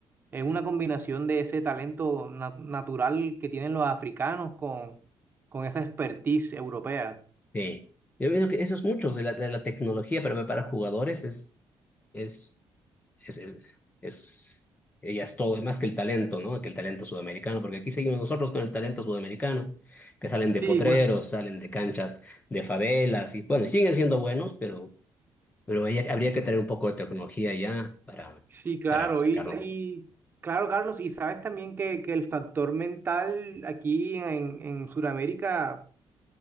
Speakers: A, on the right; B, on the left.
A: es una combinación de ese talento na- natural que tienen los africanos con, con esa expertise europea.
B: Sí. Yo veo que esos muchos de la, de la tecnología para preparar jugadores es, es es, es, es- ella es todo más que el talento, ¿no? Que el talento sudamericano, porque aquí seguimos nosotros con el talento sudamericano, que salen de
A: Sí,
B: potreros,
A: bueno.
B: salen de canchas, de favelas, y bueno, y siguen siendo buenos, pero, pero ahí habría que tener un poco de tecnología ya para,
A: Sí, claro.
B: para sacarlo.
A: Y, y claro, Carlos, y sabes también que, que el factor mental aquí en, en Sudamérica